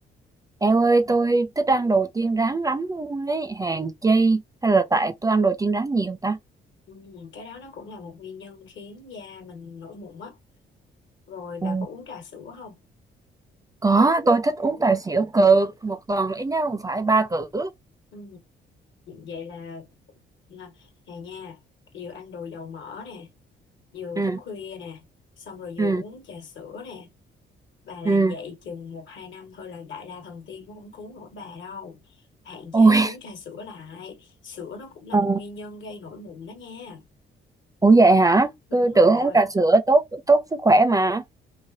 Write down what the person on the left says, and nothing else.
ừ, cái đó nó cũng là một nguyên nhân khiến da mình nổi mụn á rồi
bà có uống trà sữa không
ừ, vậy là nè nè nha vừa ăn đồ dầu mỡ nè vừa
thức khuya nè xong rồi
vừa uống trà sữa nè bà làm
vậy chừng một hai năm thôi là đại la thần tiên cũng không cứu nổi bà đâu hạn chế
uống trà sữa lại sữa nó cũng là
một nguyên nhân gây nổi mụn đó nha
đúng
rồi